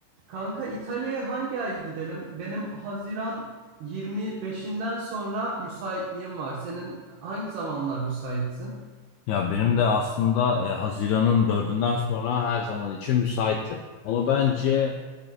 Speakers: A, on the right (about 65°); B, on the left (about 80°).
A: Kanka İtalya'ya hangi ay gidelim? Benim Haziran 25'inden sonra müsaitliğim var. Senin hangi zamanlar müsaitsin?
B: Ya benim de aslında e, Haziran'ın dördünden sonra her zaman için müsaitim. Ama bence